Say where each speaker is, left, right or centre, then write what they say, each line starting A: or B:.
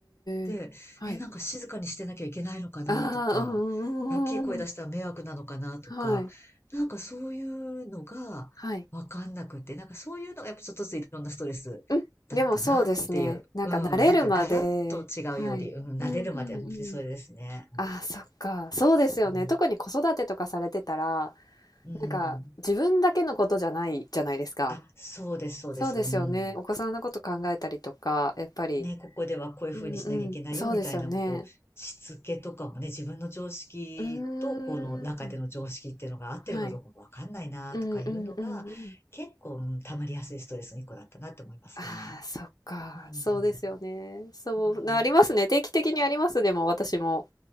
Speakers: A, on the left; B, on the left.
A: で、
B: え。はい。
A: え、なんか静かにしてなきゃいけないのかなとか、
B: ああ、うんうんうんうんうん。
A: 大きい声出したら迷惑なのかなとか、
B: はい。
A: なんかそういうのがわかんなくって、
B: はい。
A: なんかそういうのがやっぱちょっとずついろんなストレスだったなっていう。
B: うん、でもそうですね。なんか慣れるまではい。
A: うん、なんかガラッと違うより、うん、
B: うんうんうん。
A: 慣れるまで本当にそれですね。
B: ああ、そっか。そうですよね。
A: うん。
B: 特に子育てとかされてたら、
A: うん
B: なんか自分だけのことじゃないじゃないですか。
A: あ、そうです、そうです。
B: そうですよね。
A: うん。
B: お子さんのこと考えたりとか、やっぱり。
A: ね、ここではこういうふうにしなきゃいけないよ、
B: うんうん。そうですよね。
A: みたいな、こう、しつけとかもね、自分の常識と、
B: うーん。
A: この中での常識っていうのが合ってるかどうかもわかんないな、
B: はい。うんうんうんうん。
A: とかいうのが、結構、うん、溜まりやすいストレスの一個だったなって思いますね。
B: ああ、そっか。
A: うん。
B: そうですよね。そうな、
A: うん。
B: ありますね。定期的にあります、でも私も。